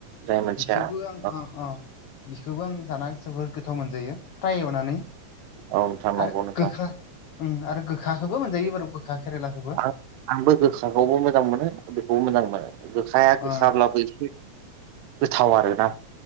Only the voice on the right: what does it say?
जाय मोनसेया
औ
औ नोंथां नंगौ
नोंथां
आं आंबो गोखाखौबो मोजां मोनो बेखौबो मोजां मोनो गोखाया
गोखाब्लाबो एसे गोथाव आरोना